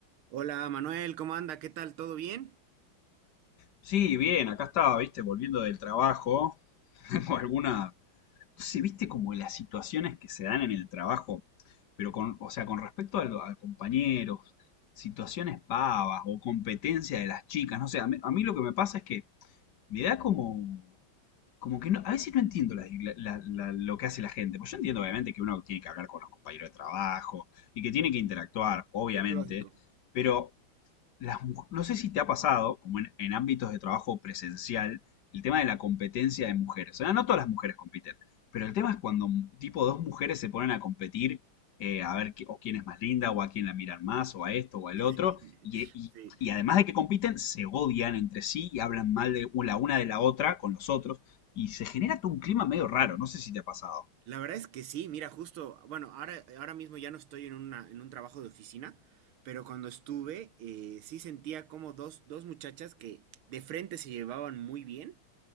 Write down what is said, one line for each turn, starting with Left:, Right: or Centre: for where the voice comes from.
Right: Hola Manuel, ¿cómo anda? ¿Qué tal? ¿Todo bien?
Left: Sí, bien, acá estaba, viste, volviendo del trabajo. <laughs> Tengo alguna. No sé, viste como las situaciones que se dan en el trabajo, pero con, o sea, con respecto a, lo- a compañeros, situaciones pavas o competencia de las chicas, no sé, a mí, a mí lo que me pasa es que me da como. Como que no, a veces no entiendo la- la- la- lo que hace la gente. Pues yo entiendo, obviamente, que uno tiene que hablar con los compañeros de trabajo y que tiene que interactuar, obviamente,
Right: Lógico.
Left: pero las mu- no sé si te ha pasado, como en, en ámbitos de trabajo presencial, el tema de la competencia de mujeres. O sea, no todas las mujeres compiten, pero el tema es cuando mm, tipo dos mujeres se ponen a competir eh, a ver qué- o quién es más linda, o a quién la miran más, o a esto, o al
Right: <laughs>
Left: otro, y, y-
Right: Sí,
Left: y además de que compiten, se odian entre sí y hablan mal de la una de la otra con los otros, y se genera todo un clima medio raro, no sé si te ha pasado.
Right: la verdad es que sí, mira, justo, bueno, ahora, ahora mismo ya no estoy en una, en un trabajo de oficina, pero cuando estuve, eh, sí sentía como dos, dos muchachas que de frente se llevaban muy bien